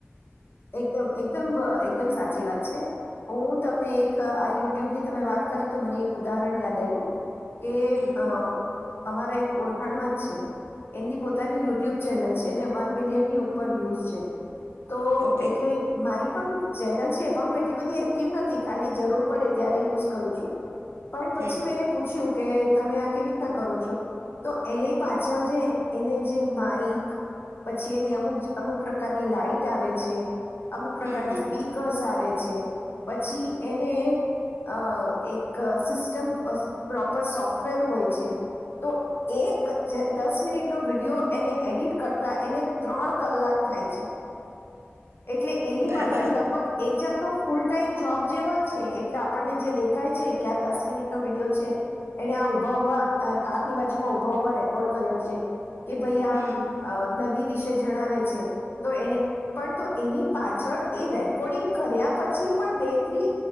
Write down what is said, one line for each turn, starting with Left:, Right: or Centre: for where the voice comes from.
Left: એકદમ એકદમ એકદમ સાચી વાત છે, હું તમને એક આ યુટ્યુબની તમે વાત કરી તો મને એક ઉદાહરણ યાદ આવ્યું કે
Right: હમ
Left: અ અમારા એક ઓળખાણમાં જ છે, એમની પોતાની યુટ્યુબ ચેનલ છે એને વન મિલિયનની ઉપર વ્યુઝ છે તો
Right: ઓકે
Left: એટલે મારી પણ ચેનલ છે, પણ હું એટલી બધી એક્ટિવ નથી, ખાલી જરૂર પડે ત્યારે યુઝ કરું છું. પણ પછી,
Right: હમ
Left: મેં એને પૂછ્યું કે તમે આ કેવી રીતના કરો છો, તો એને પાછળ જે, એને જે માઈક પછી એની અમુક, અમુક પ્રકારની લાઈટ આવે છે અમુક પ્રકારના
Right: હમ હમ
Left: સ્પીકર્સ આવે. છે પછી એને અ એક સિસ્ટમ પ્રોપર સોફ્ટવેર હોય છે, તો એક જ દસ મિનિટનો વિડીયો એને એડિટ કરતા એને ત્રણ કલાક થાય છે. એટલે એની
Right: બરાબર
Left: પાછળ લગભગ એક જાત નુ ફૂલ ટાઈમ જોબ જેવો જ છે, એટલે આપણને જે દેખાય છે, કે આ દસ મિનિટ નો વિડીયો છે, એને આ ઉભા ઉભા કારની બાજુમાં ઉભા ઉભા રેકોર્ડ કર્યો છે. કે ભાઈ આ
Right: હમ
Left: અ નદી વિ વિશે જણાવે છે તો એને પણ તો એની પાછળ એ રેકોર્ડિંગ કર્યા પછી પણ બે ત્રી